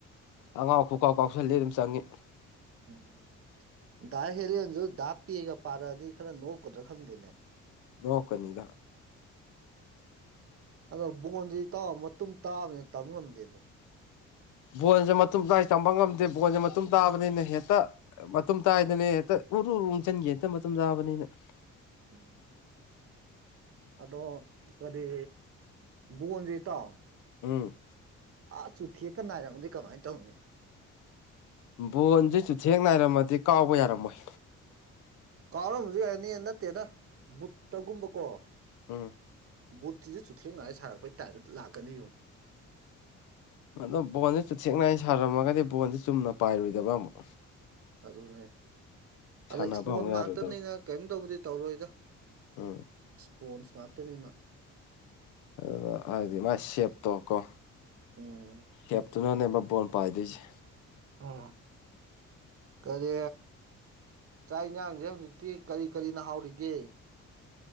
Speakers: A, on the left (about 80°); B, on the right (about 50°).
A: ꯑꯉꯥꯎ ꯈꯨꯀꯥꯎ ꯀꯥꯎꯁꯜꯂꯤ ꯑꯗꯨꯝ ꯆꯪꯉꯤ꯫
B: ꯎꯝ ꯗꯥ ꯍꯦꯂꯦꯟꯖꯨ ꯗꯥ ꯄꯦꯒ ꯄꯥꯔꯛꯑꯗꯤ ꯈꯔ ꯅꯣꯞꯀꯗ꯭ꯔꯥ ꯈꯪꯗꯦꯅꯦ꯫
A: ꯅꯣꯞꯀꯅꯤꯗ꯫
B: ꯑꯗꯣ ꯕꯣꯟꯖꯤ ꯏꯇꯥꯎ ꯃꯇꯨꯡ ꯇꯥꯕꯅꯤꯅ ꯇꯝꯕ ꯉꯝꯗꯦꯅꯦ꯫
A: ꯕꯣꯟꯖꯦ ꯃꯇꯨꯝ ꯇꯏꯥ ꯇꯝꯕ ꯉꯝꯗꯦ ꯕꯣꯟꯖꯦ ꯃꯇꯨꯝ ꯇꯥꯕꯅꯤꯅ ꯍꯦꯛꯇ ꯃꯇꯨꯝ ꯇꯥꯏꯌꯦꯗꯨꯅꯤ ꯍꯦꯛꯇ ꯎꯔꯨ ꯎꯔꯨ ꯎꯪꯖꯠꯒꯤ ꯍꯦꯛꯇ ꯃꯇꯨꯝ ꯇꯥꯕꯅꯤꯅ꯫ <inaudible>
B: ꯎꯝ ꯑꯗꯣ ꯀꯔꯤ ꯕꯣꯟꯖꯦ ꯏꯇꯥꯎ
A: ꯎꯝ꯫
B: ꯑꯥ ꯆꯨꯊꯦꯛꯀ ꯅꯥꯏꯔꯝꯃꯗꯤ ꯀꯃꯥꯏꯅ ꯇꯧꯅꯤ꯫
A: ꯕꯣꯟꯖꯦ ꯁꯨꯨꯊꯦꯡ ꯅꯥꯏꯔꯝꯃꯗꯤ ꯀꯥꯎꯕ ꯌꯥꯔꯝꯃꯣꯏ꯫
B: ꯀꯥꯎꯔꯝꯕꯖꯨ ꯌꯥꯏꯅꯤ ꯅꯠꯇꯦꯗ ꯕꯨꯠꯇꯒꯨꯝꯕꯀꯣ꯫
A: ꯎꯝ꯫
B: ꯕꯨꯠꯁꯤꯁꯨ ꯆꯨꯊꯦꯡꯅꯉꯥꯏ ꯁꯥꯔꯛꯄꯩ ꯇꯥꯏꯞꯇ ꯂꯥꯛꯀꯅꯤꯉꯣ꯫
A: ꯑꯗꯣ ꯕꯣꯟꯖꯦ ꯆꯨꯊꯦꯛ ꯅꯥꯏꯅ ꯁꯥꯔꯝꯃꯒꯗꯤ ꯕꯣꯟꯖꯦ ꯆꯨꯝꯅ ꯄꯥꯏꯔꯣꯏꯗꯕ ꯑꯃꯨꯛ꯫
B: ꯑꯗꯨꯅꯦ꯫
A: ꯁꯥꯟꯅꯕ
B: ꯑꯗ ꯏꯁꯃꯣꯟ
A: ꯑꯃꯨꯛ
B: ꯉꯥꯛꯇꯅꯤꯅ
A: ꯌꯥꯔꯣꯏꯗꯕ
B: ꯀꯔꯤꯝ ꯇꯕꯨꯗꯤ ꯇꯧꯔꯣꯏꯗ꯫
A: ꯎꯝ
B: ꯄꯣꯟꯁ ꯉꯥꯛꯇꯅꯤꯅ꯫
A: ꯑꯗꯨꯗ ꯍꯥꯏꯗꯤ ꯃꯥꯥꯏ ꯁꯦꯞꯇꯣ ꯀꯣ
B: ꯎꯝ
A: ꯁꯦꯞꯇꯨꯅ ꯅꯦꯕ ꯕꯣꯟ ꯄꯥꯏꯗꯣꯏꯖꯦ꯫
B: ꯑ ꯀꯔꯤ ꯆꯥꯛ ꯏꯟꯖꯥꯡꯖꯦ ꯍꯧꯖꯤꯛꯇꯤ ꯀꯔꯤ ꯀꯔꯤꯅ ꯍꯥꯎꯔꯤꯒꯦ꯫